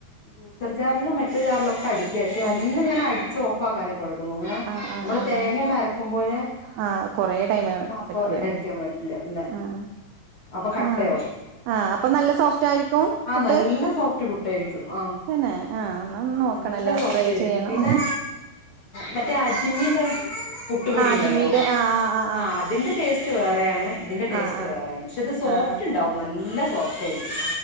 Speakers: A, on the left; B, on the right.
A: ജ്യൂസർ ജാറിലോ മറ്റേജാറിലൊക്കെ അടിക്ക പക്ഷെ
B: അടിക്ക
A: ഒന്നിങ്ങനെ അടിച്ചു പാടു ഇങ്ങനെ
B: ആഹ് ആഹ്
A: നമ്മള്
B: ആഹ്
A: തേങ്ങൊന്നരക്കും
B: ആഹ്
A: പോലെ
B: ആഹ്
A: അങ്ങനെ
B: കൊറേ ടൈം
A: ആ
B: പറ്റില്ല
A: കൊറെണ്ടടിക്കാൻ പറ്റില്ല ഇല്ല
B: ആഹ്
A: അപ്പൊ കട്ടയാവും
B: ആഹ് ആഹ് അപ്പൊ നല്ല സോഫ്റ്റ് ആയിരിക്കും
A: ആ
B: പുട്ട്
A: നല്ല സോഫ്റ്റ് പുട്ടായിരിക്കും ആഹ്
B: തന്നെ ആഹ് എന്നാ ഒന്ന്
A: ആഹ്
B: നോക്കണല്ലോ
A: നല്ല സോഫ്റ്റായിരിക്കും
B: ട്രൈ ചെയ്യണം
A: പിന്നെ മറ്റേ അജ്മി ന്റെ പുട്ട്പൊടിയുണ്ടല്ലോ
B: ആഹ് അജ്മീട് ആഹ് ആഹ് ആഹ്
A: ആ അതിന്റെ ടേസ്റ്റ്‌ വേറെയാണ് ഇതിന്റെ ടേസ്റ്റ്
B: ആഹ് ആഹ് ആഹ്
A: വേറെയാണ് പക്ഷെ അത് സോഫ്റ്റ്ണ്ടാവും
B: ആഹ്
A: നല്ല സോഫ്റ്റായിരിക്കും